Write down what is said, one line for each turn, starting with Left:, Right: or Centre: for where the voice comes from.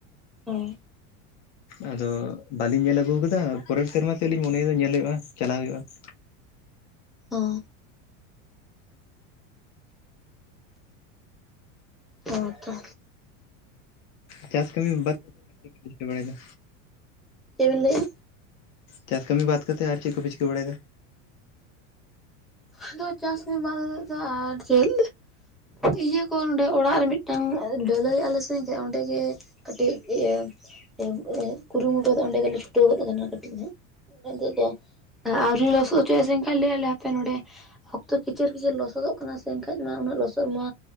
Centre: ᱦᱚᱸ
Left: ᱟᱫᱚ ᱵᱟᱹᱞᱤᱧ ᱧᱮᱞ ᱟᱹᱜᱩ ᱟᱠᱟᱫᱟ ᱯᱚᱨᱮᱨ ᱥᱮᱨᱢᱟ ᱥᱮᱫ ᱞᱤᱧ ᱢᱚᱱᱮᱭᱮᱫ-ᱟ ᱧᱮᱞ ᱦᱩᱭᱩᱜᱼᱟ ᱪᱟᱞᱟᱣ ᱦᱩᱭᱩᱜᱼᱟ ᱾
Centre: ᱚᱸᱻ ᱦᱚᱸ ᱛᱚ᱾
Left: ᱪᱟᱥ ᱠᱟᱹᱢᱤ ᱵᱟᱫ <unintelligible> ᱵᱟᱲᱟᱭᱮᱫ-ᱟ᱾
Centre: ᱪᱮᱫ ᱵᱤᱱ ᱞᱟᱹᱭᱮᱜᱼᱟ?
Left: ᱪᱟᱥ ᱠᱟᱹᱢᱤ ᱵᱟᱫ ᱠᱟᱛᱮᱫ ᱟᱨ ᱪᱮᱫ ᱠᱚ ᱯᱮ ᱪᱤᱠᱟᱹ ᱵᱟᱲᱟᱭᱮᱫ-ᱟ?
Centre: ᱟᱫᱚ ᱪᱟᱥ ᱢᱟ ᱵᱟᱝ ᱮᱦᱚᱵᱚᱜ ᱫᱚ ᱟᱨ ᱪᱮᱫ ᱤᱭᱟᱹ ᱠᱚ ᱱᱚᱸᱰᱮ ᱚᱲᱟᱜ ᱨᱮ ᱢᱤᱫᱴᱟᱝ ᱰᱟᱹᱞᱟᱹᱭᱮᱜ-ᱟ ᱞᱮ ᱥᱮ ᱚᱸᱰᱮ ᱜᱮ ᱠᱟᱹᱴᱤᱡ ᱤᱭᱟᱹ ᱮᱸᱜ ᱠᱩᱨᱩᱢᱩᱴᱩ ᱫᱚ ᱚᱸᱰᱮ ᱜᱮᱞᱮ ᱪᱷᱩᱴᱟᱹᱣ ᱜᱚᱫ ᱠᱟᱱᱟ ᱠᱟᱹᱴᱤᱡ ᱦᱟᱸᱜ <unintelligible> ᱟᱣᱨᱤ ᱞᱚᱥᱚᱫ ᱦᱚᱪᱚᱭᱟ ᱥᱮ ᱮᱝᱠᱷᱟᱱ ᱞᱮ-ᱸ ᱮᱱᱠᱷᱟᱱ ᱱᱚᱸᱰᱮ ᱚᱠᱛᱚ ᱠᱮᱪᱮᱨ ᱠᱮᱪᱮᱨ ᱞᱚᱥᱚᱫᱚᱜ ᱠᱟᱱᱟ ᱥᱮ ᱮᱱᱠᱷᱟᱡ ᱢᱟ ᱩᱱᱟᱹᱜ ᱞᱚᱥᱚᱫ ᱢᱟ